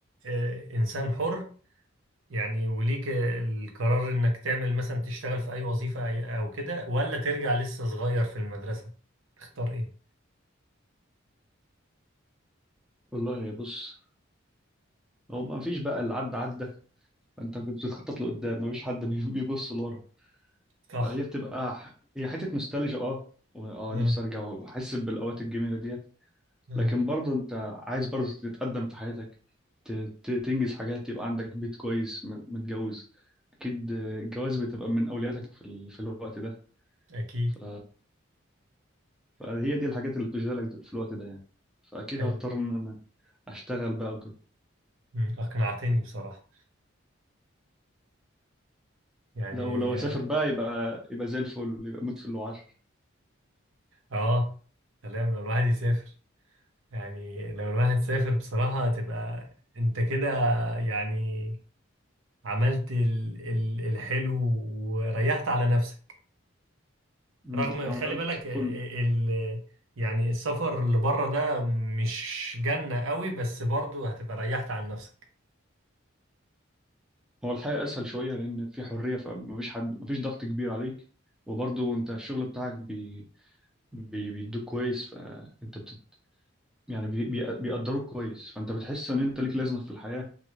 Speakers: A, on the right (about 75°); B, in the centre.
A: آه، إنسان حر يعني وليك آه، القرار إنك تعمل مثلا تشتغل في أي وظيفة أي- أو كده ولا ترجع لسه صغير في المدرسة تختار إيه؟
B: والله بص هو ما فيش بقى اللي عدى عدى انت بتخطط لقدام ما فيش حد بي- بيبص لورا
A: صح
B: فهي بتبقى ح- هي حته نوستالجيا اه و- اه
A: آه
B: نفسي ارجع واحس بالاوقات الجميله ديت
A: آه،
B: لكن برضه انت عايز برضه تتقدم في حياتك ت- ت- تنجز حاجات يبقى عندك بيت كويس م- متجوز اكيد آه، الجواز بتبقى من اولوياتك في, ال... في الوقت ده
A: أكيد
B: ف... فهي دي الحاجات اللي بتشغلك في الوقت ده يعني فاكيد
A: حلو
B: هضطر ان انا اشتغل بقى وكده
A: مم، أقنعتني بصراحة يعني
B: لو لو اسافر
A: آه
B: بقى يبقى يبقى زي الفل يبقى موت في اللي عشر
A: آه، سلام لو الواحد يسافر يعني لو الواحد سافر بصراحة تبقى أنت كده يعني عملت ال ال الحلو وريحت على نفسك
B: أمم،
A: رغم
B: عملت
A: خلي بالك آه،
B: كل
A: ال يعني السفر اللي بره ده مش جنة قوي بس برضو هتبقى ريحت عن نفسك
B: هو الحقيقه اسهل شويه لان في حريه فمفيش حد مفيش ضغط كبير عليك وبرضه انت الشغل بتاعك بي... بي... بيدوك كويس فانت بت... يعني بي... بي... بيقدروك كويس فانت بتحس ان انت ليك لازمه في الحياه